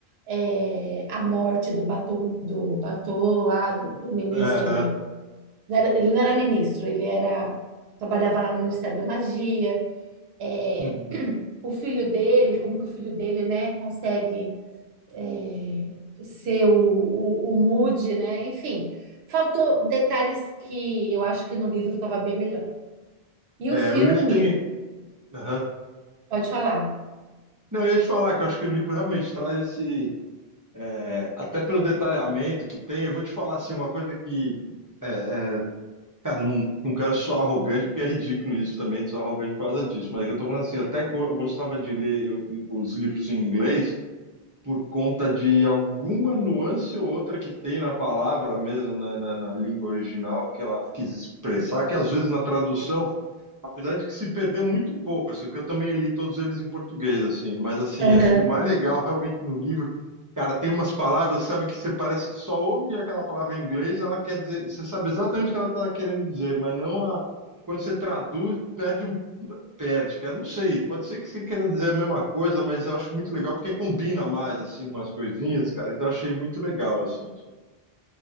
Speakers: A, on the right (about 80°); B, on the right (about 25°).
A: é, a morte do Batô, do Batô lá, do, do ministro.
B: aham,
A: Não era- ele não era ministro, ele era trabalhava lá no Ministério da Magia. É,
B: uhum.
A: o filho dele, como que o filho dele, né, consegue é, ser o, o, o Moody, né? Enfim, faltou detalhes que eu acho que no livro estava bem melhor. E
B: É,
A: o filme,
B: o livro tem. aham.
A: pode falar.
B: Não, eu ia te falar que eu acho que o livro realmente traz esse. é, até pelo detalhamento que tem, eu vou te falar assim, uma coisa que. é, é, cara, não, não quero ser arrogante, porque é ridículo isso também, de ser arrogante por causa disso, mas eu tô falando assim, eu até go- gostava de ler eu- os livros em inglês. por conta de alguma nuance ou outra que tem na palavra mesmo, né, na, na língua original, que ela quis expressar, que às vezes na tradução, apesar de que se perdeu muito pouco, assim, porque eu também li todos eles em português, assim, mas assim,
A: Aham.
B: acho que o mais legal realmente no livro, cara, tem umas palavras, sabe, que você parece que só ouve aquela palavra em inglês, ela quer dizer, você sabe exatamente o que ela está querendo dizer, mas não a. Quando você traduz, perde perde, cara. Não sei, pode ser que você queira dizer a mesma coisa, mas eu acho muito legal porque combina mais, assim, umas coisinhas, cara. Então eu achei muito legal, assim. isso aí.